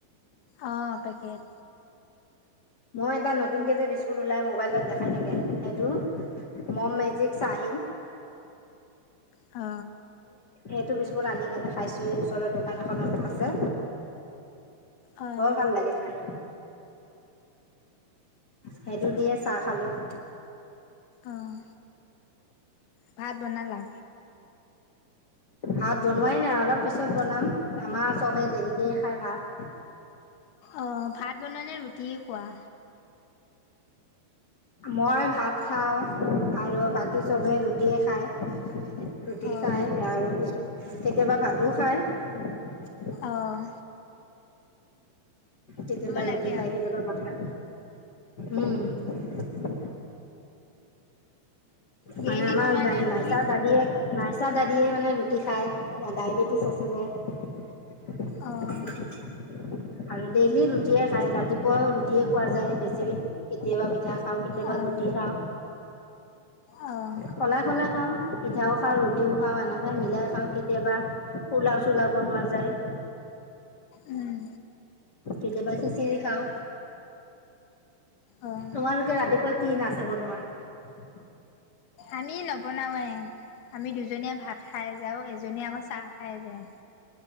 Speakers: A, on the left (about 70°); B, on the left (about 85°).
A: অঁ পেকেট
B: মই এটা নতুনকে যে বিস্কুট ওলাই মোবাইলত দেখাই থাকে সেইটো মম মেজিক খা চা চাহিন ।
A: অ
B: এইটো বিস্কুট আন্নি কেনে খাইছোঁ এই ওচৰৰ দোকান এখনত আছে
A: অ',
B: বৰ ভাল লাগে খাই সেইটো দিয়ে চাহ খালোঁ ।
A: অঁ ভাত বনালা
B: ভাত বনোৱাই নাই অলপ পিছত বনাম আমা চবে দেৰিকে খাই ভাত
A: অ ভাত বনোৱা নে ৰুটিয়ে খোৱা
B: মই ভাত খাওঁ আৰু বাকী চবেই ৰুটিয়ে খায় ৰুটি
A: অ',
B: খাই আৰু পছু কেতিয়াবা ভাতো খায় ।
A: অহ
B: কেতিয়াবা ৰুটি
A: লাগে
B: খাই
A: আৰু।
B: কেতিয়াবা ভা খা উম
A: ডেইলি
B: মানে আমাৰ
A: বনোৱা নে ৰুটি?
B: নাইচা দাদীয়েে নাইচা দাদিয়ে মানে ৰুটি খাই ডায় বেটিচ আছে যে আৰু
A: অঁ
B: ডেইলি ৰুটিয়ে খায় ৰাতিপুৱা ৰুটিয়ে খোৱা যায় । বেছি কেতিয়াবা পিঠা খাও কেতিয়াবা
A: অঁ
B: ৰুটি খাও
A: অঁ
B: সলাই সলাই খাও পিঠাও খাওঁ ৰুটি দিও খাওঁ এনেকে মিলাই খাওঁ কেতিয়াবা পোলাও চোলাও বনোৱা যায় ।
A: উম
B: কেতিয়াবা খিচিৰি খাও
A: অঁ
B: তোমালোকে ৰাতিপুৱা কি নাচাব নোৱাৰা
A: আমি নবনাওঁয়ে। আমি দুজনীয়ে ভাত খাই যাওঁ এজনীয়ে আকৌ চাহ খাই যায় ।